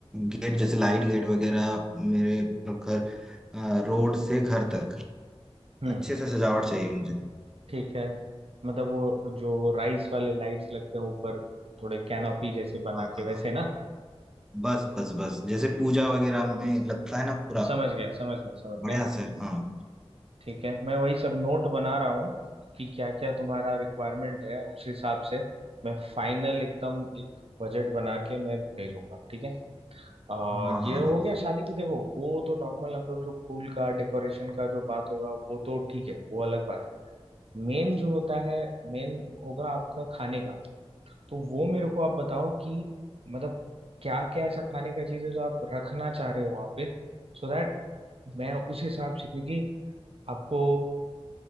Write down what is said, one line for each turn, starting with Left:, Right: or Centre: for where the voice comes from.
Centre: गेट जैसे लाइट गेट वगैरह मेरे मतलब घर अ, रोड से घर तक
Right: हम्म
Centre: अच्छे से सजावट चाहिए मुझे
Right: ठीक है मतलब वो जो राइस वाले लाइट्स लगते हैं ऊपर थोड़े कैनोपी जैसे बना
Centre: हाँ
Right: के
Centre: हाँ
Right: वैसे
Centre: हाँ
Right: ना
Centre: बस बस बस जैसे पूजा वगैरह में लगता है ना पूरा
Right: समझ गया समझ गया समझ
Centre: बढ़िया
Right: गया
Centre: से हाँ
Right: ठीक है मैं वही सब नोट बना रहा हूँ कि क्या क्या तुम्हारा रिक्वायरमेंट है उस हिसाब से मैं फाइनल एकदम एक बजट बना के मैं भेजूंगा ठीक है और
Centre: हाँ हाँ
Right: ये हो
Centre: हाँ
Right: गया शादी की देखो वो तो नॉर्मल हम लोग जो फूल का डेकोरेशन का जो बात होगा वो तो ठीक है वो अलग बात है मेन जो होता है मेन होगा आपका खाने का तो वो मेरे को आप बताओ कि मतलब क्या क्या ऐसा खाने का चीज है जो आप रखना चाह रहे हो वहां पे सो दैट मैं उस हिसाब से क्योंकि आपको